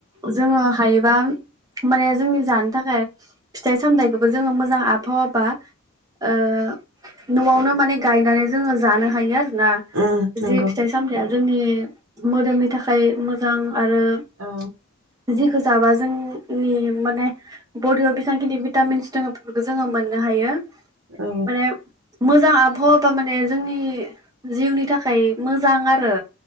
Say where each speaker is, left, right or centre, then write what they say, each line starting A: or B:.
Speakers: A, on the right (about 15°); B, on the right (about 65°).
A: जोङो हायोबा माने जोंनि जानो थाखाय फिथाइ सामथाइखौबो जोङो मोजां आबहावाबा ओ नआवनो माने गायनानै जोङो जानो हायो आरो ना
B: ओम नंगौ
A: जि फिथाइ सामथायाइया जोंनि मोदोमनि थाखाय मोजां। आरो
B: औ
A: जिखौ जाबा जोंनि माने बडियाव बेसेबांखिनि भिटामिन्स दङ बेफोरखौ जोङो मोननो हायो।
B: औ
A: माने मोजां आबहावाबा माने जोंनि जिउनि थाखाय मोजां आरो